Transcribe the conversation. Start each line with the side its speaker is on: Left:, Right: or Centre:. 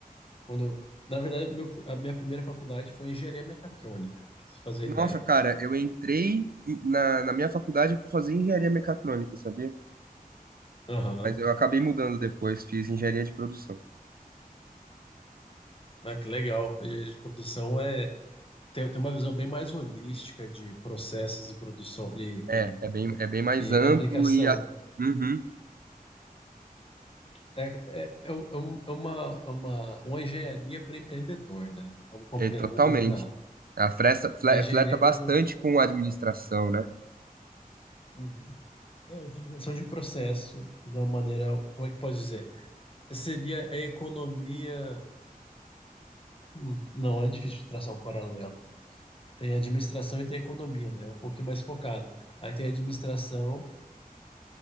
Left: quando na verdade, meu, a minha primeira faculdade foi engenharia mecatrônica, pra você fazer
Right: Nossa,
Left: ideia.
Right: cara, eu entrei na, na minha faculdade para fazer engenharia mecatrônica, sabia?
Left: Aham.
Right: Mas eu acabei mudando depois, fiz engenharia de produção.
Left: Ah, que legal. A engenharia de produção é, tem, tem uma visão bem mais holística de processos e produção e,
Right: É, é bem, é bem mais
Left: e,
Right: amplo
Left: e aplicação
Right: e a- Uhum,
Left: É, é, é, um- é um- é uma, é uma, uma engenharia para empreendedor, né? Vamos, conven-
Right: é totalmente.
Left: vamos combinar.
Right: A fresta, fle-
Left: Engenharia
Right: flerta bastante
Left: para empreendedor.
Right: com a administração, né?
Left: Uhum. É a utilização. Utilização de processo de uma maneira, como é que pode dizer? Seria a economia. hum, Não, é difícil de traçar um paralelo. Tem administração e tem economia, né? É um pouquinho mais focado. Aí tem administração.